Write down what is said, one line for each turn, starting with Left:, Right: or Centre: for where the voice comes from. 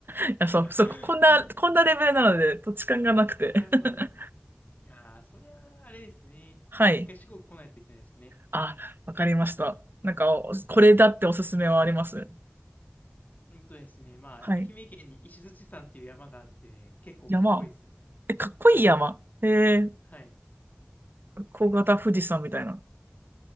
Right: いや、
Left: <laughs>
Right: そう、そう、こんな、こんなレベルなので、土地勘がなくて。
Left: なるほどな。
Right: <laughs>
Left: いやー、そりゃあ、あれですね。
Right: はい。
Left: 一回四国来ないといけないですね。
Right: あ、わかりました。なんか、おこれだっておすすめはあります。
Left: はい。うんとですね、まあ、
Right: はい。
Left: 愛媛県に石鎚山っていう山があって、結構かっこいいですよ。
Right: 山。え、かっこいい山。
Left: はい。
Right: えー、
Left: はい。
Right: 小型富士山みたいな。
Left: なんか、